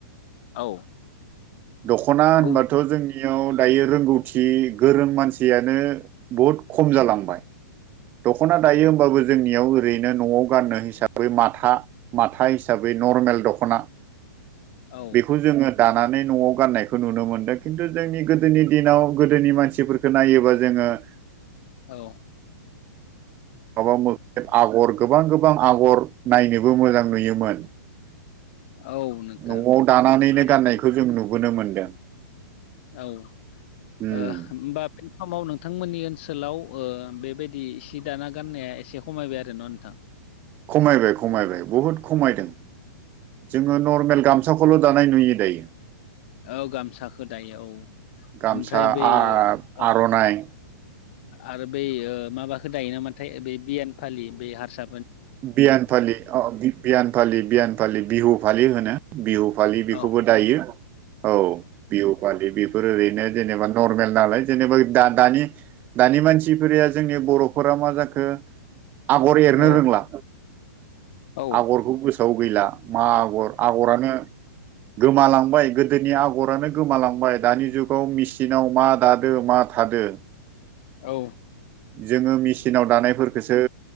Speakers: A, on the left (about 35°); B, on the right (about 20°).
A: औ
B: दख'ना होनबाथ'
A: गुबुन
B: जोंनियाव दायो रोंगौथि गोरों मानसियानो बहुद खम जालांबाय। दख'ना दायो होमबाबो जोंनियाव ओरैनो न'आव गाननो हिसाबै माथा माथा हिसाबै नर्मेल दख'ना
A: औ
B: बेखौ जोङो दानानै न'आव गाननायखौ नुनो मोनदों ।खिन्थु जोंनि गोदोनि दिनाव गोदोनि मानसिफोरखौ नायोबा जोङो ओ
A: औ
B: माबा मोबलिब आगर गोबां गोबां आगर नायनोबो मोजां नुयोमोन
A: औ नोंथां
B: न'आव दानानैनो
A: आरो
B: गाननायखौ जों नुबोनो मोनदों
A: औ ओ
B: उम
A: होमबा बे समाव नोंथांमोननि ओनसोलाव ओ बेबायदि सि दाना गाननाया एसे खमायबाय आरो न नोंथां
B: खमायबाय खमायबाय बहुद खमायदों जोङो नर्मेल गामसाखौल' दानाय नुयो जायो
A: औ गामसाखौ दायो औ
B: गामसा
A: ओमफ्राय बे
B: आ
A: औ
B: आर'नायनाय
A: आरो बै माबाखौ दायो नामाथाय ब बियान फालि बे हारसा
B: बियान फालि बियान फालि बियान फालि बिहु फालि होनो बिहु फालि बेखौ
A: औ
B: बो दायो औ बिहु फालि बेफोर ओैनो जेनेबा नर्मेल नालाय जेनेबा दा दानि मानसिफोरा जोंनि बर'फोरा मा जाखो आगर एरनो
A: औ
B: रोंला
A: औ
B: आगरखौ गोसोआव गैला मा आगर आगरानो गोमालांबाय गोदोनि आगर गरानो गोमालांबाय दानि जुगाव मेसिनाव मा दादो मा थादो
A: औ
B: जोङो मेचिनाव दानायफोरखोसो